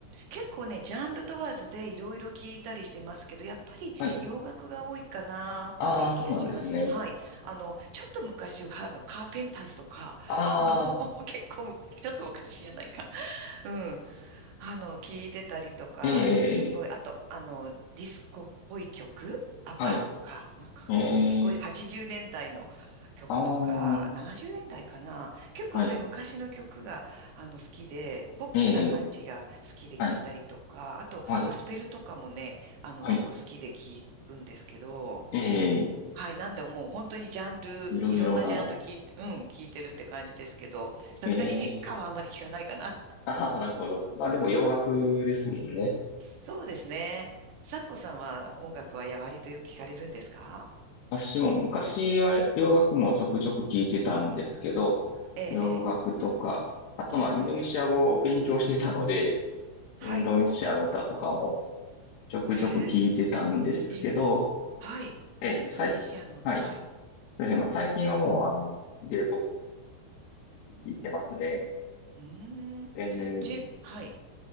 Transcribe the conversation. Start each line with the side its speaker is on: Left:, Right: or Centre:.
Right: 結構ね、ジャンル問わずでいろいろ聞いたりしてますけど、やっぱり洋楽が多いかなという気がします。
Left: はい。ああ、そうなんですね。
Right: はい。あの、ちょっと昔は、あの、カーペンターズとか、
Left: ああ、
Right: あの、<laughs> 結構む、ちょっと昔じゃないか。うん。あの、聞いてたりとか、
Left: ええ、
Right: すごい、
Left: ええ
Right: あと、あの、ディスコっぽい曲、アパーとか、
Left: はい。
Right: なんか、
Left: ええ、
Right: うんすごい80年代の曲とか、
Left: ああ、
Right: 70年代かな。結構そういう昔の曲が、
Left: はい。
Right: あの、好きで、ポップな感じが好きで聞いたりとか、
Left: ええ、はい、
Right: あと、
Left: はい、
Right: ゴスペルとかもね、あの、
Left: はい。
Right: 結構好きで聞くんですけど、
Left: ええ、
Right: はい、なんでもう本当にジャンル、
Left: いろいろな。
Right: いろんなジャンル聞いて、うん、聞いてるって感じですけど、さすがに演歌はあんまり聞かないかな。
Left: ええ、ああ、なるほど。まあでも洋楽ですもんね。
Right: そうですね。佐藤さんは音楽はやわりとよく聞かれるんですか
Left: 私も昔は洋楽もちょくちょく聞いてたんですけど、
Right: ええ、
Left: 洋楽とか、
Right: え
Left: あとまあインドネシア語を勉強してたので、
Right: え、うん。はい。
Left: インドネシアの歌とかもちょくちょく聞いてたんですけど、
Right: へえ、い、はい。
Left: え、
Right: インドネシアの、
Left: 最、はい。
Right: はい。
Left: そうですね。まあ最近はもうあの、J-POP で聞いてますね。
Right: うーん。
Left: えー
Right: ジェ、はい。